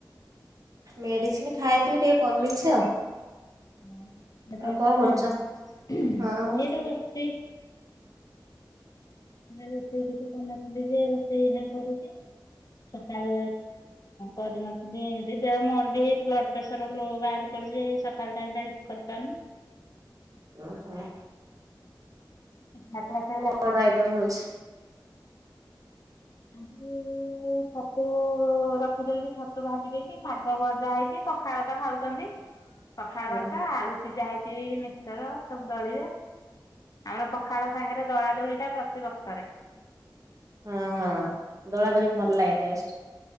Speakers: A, on the right; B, on the left.
A: ମେଡିସିନ ଖାଇଥିଲି ଟିକେ କମିଛି ଆଉ।
B: ହ
A: ଆଉ
B: ଏସଣ
A: କଣ କରୁଛ?
B: <unintelligible>
A: ହଁ
B: ଏଇଟ ବସ୍ତି। ରୋଷେଇ ଟିକ ତ ରୋଷେଇ ନା କରୁଛି। ସକାଳୁ କରିନଥିଲି ଏମିତି ଦେହ ମୋର ବି ବ୍ଲ। ପ୍ରେସର ଲୋ ବାହାରି ପଡିଛି ସକାଳ ଟାଇମ ଟା କିଛି କରିପାରୁନି।
A: ଓହୋ।
B: ମତ୍ଵ। <unintelligible>
A: କଣ ଆଇଟମ ହଉଛି।
B: ଆ। <inaudible> ଛତୁ ରଖିଦେଲି ବି ଛତୁ ଭାଜି ଦେଇେଇଛି, ଶାଗ ଭଜା ହେଇଛି ପଖାଳ ତ ଖାଉଛନ୍ତି। ପଖାଳ
A: ହଁ
B: ଭାତ ଆଳୁ ସିଝା ହେଇଛି, ମିକ୍ସର ସବୁ ଦଳିବେ। ଆମର ପଖାଳ ସାଙ୍ଗରେ ଦଳା ଦୋଳି ଟା ପ୍ରତିିବକ୍ତରେ।
A: ହଁ ହଁ ଦଳା ଦୋଳି ଭଲ ଲାଗେ ଟେଷ୍ଟ।